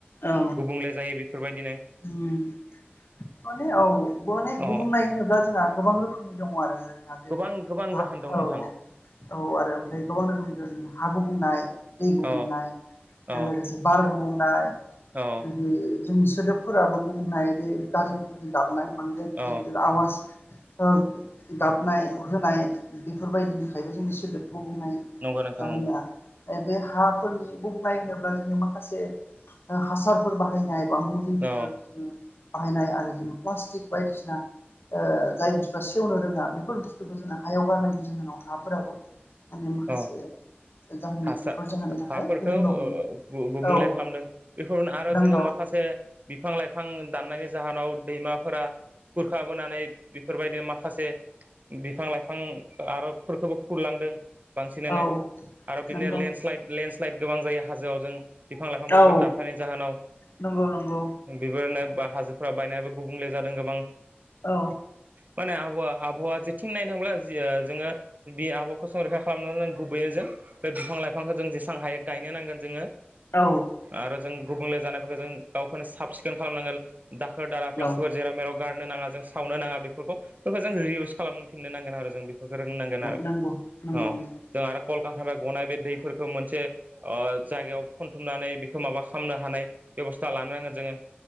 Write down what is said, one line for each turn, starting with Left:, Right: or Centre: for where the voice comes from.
Left: औ
Right: गुबुंले जायो बेफोरबायदिनो
Left: उम माने औ माने गुबुंनाय
Right: अ
Left: होनोब्ला जोंहा गोबां रोखोमनि दङ आरो जोंहा जेरै
Right: गोबां गोबां
Left: हा
Right: जाहोन दं
Left: औ
Right: नोंथां
Left: औ आरो ओमफ्राय गोबां रोखोमनि हा गुबुंनाय दै गुबुंनाय
Right: अ अ
Left: आरो लोगोसे बारग' बुंनाय
Right: अ
Left: बिदि जोंनि सोदोबफोराबो बुंनोनाय बे गारि मथरनि गाबनाय
Right: अ
Left: आवासखो गाबनाय होनाय बेफोरबायदिनि थाखायबो जोंनि सोदोब गुबुंनाय
Right: नंगौ नोंथां
Left: जाहोना
Right: नंगौ
Left: एबे हाफोरनि बुंनाय होनोब्ला जोङो माखासे हासारफोर बाहायनाय बा मुलिफोर
Right: अ
Left: जोङो बाहायनाय आरो जोङो प्लास्टिक बायदिसिना ओ जाय बुस्थुरा सेवनो रोङा बेफोर बुस्थुखौ जों हायाव गारनायनि जाहोनाव हाफोराबो माने माखासे
Right: अ
Left: जाहोननि
Right: हासा
Left: बेफोर जाहोननि थाखाय
Right: हाफोरखौ
Left: गुबुंनो हमदों
Right: गुबुंले
Left: औ
Right: खालामदों बेफोरनो आरो
Left: नंगौ
Right: जोङो माखासे से बिफां लाइफां दाननायनि जाहोनाव दैमाफोरा खुरखाबोनानै बेफोरबायदि माखासे बिफां लाइफां आरो फोरखौबो खुरलांदों बांसिनानो
Left: औ
Right: आरो बिदिनो
Left: नंगौ
Right: लेन्डस्लाइड लेन्डस्लाइद गोबां जायो हाजोआव जों बिफां लाइफांफोरखौ
Left: औ
Right: दानफायनाय जाहोनाव
Left: नंगौ नंगौ
Right: बेफोरनो बा हाजोफ्रा बायनायाबो गुबुंले जादों गोबां
Left: औ
Right: माने आबहावा आबहावा जेथिं नायनो थांब्ला जोङो बे आबहावाखौ संरैखा खालामनानै जों गुबै जों बे बिफां लाइफांखौ जों जेसां हायो गायनो नांगोन जोङो
Left: औ
Right: आरो जों गुबुंले जानायफोरखौ जों गावखौनो साब सिखोन खालामनांगोन। दाखोर दाला प्लास्टिकफोर
Left: औ
Right: जेराव मेराव गारनो नाङा जों सावनो नाङा बेफोरखौ बेफोरखौ जों रि इउस खालामफिननो नांगोन आरो जों बि रोंनांगोन आरो
Left: नंगौ नंगौ
Right: अ
Left: नंगौ
Right: जों आरो कलकारखाना बे गनाय बे दैफोरखौ मोनसे ओ जायगायाव खनथुमनानै बेखौ माबा खालामनो हानाय बेब'स्था लानो नांगोन जोङो